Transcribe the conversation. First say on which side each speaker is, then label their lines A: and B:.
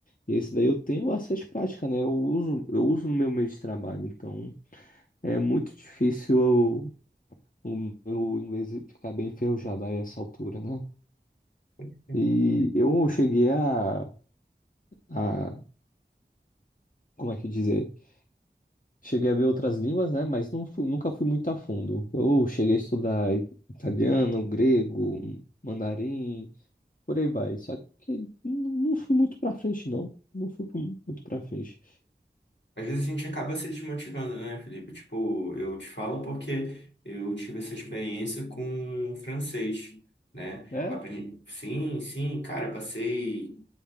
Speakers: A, on the left; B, on the left.
A: e esse daí eu tenho bastante prática, né? Eu uso, eu uso no meu meio de trabalho, então é muito difícil eu- o meu inglês ficar bem enferrujado a essa altura, né?
B: <laughs>
A: E eu cheguei a, a como é que dizer? Cheguei a ver outras línguas, né? Mas não fui- nunca fui muito a fundo. Eu cheguei a estudar italiano, grego, mandarim, por aí vai. Só que não não fui muito pra frente, não. Não fui com- muito pra frente.
B: Às vezes a gente acaba se desmotivando, né, Felipe? Tipo, eu te falo porque eu tive essa experiência com francês, né?
A: É?
B: Eu aprendi, sim, sim, cara, passei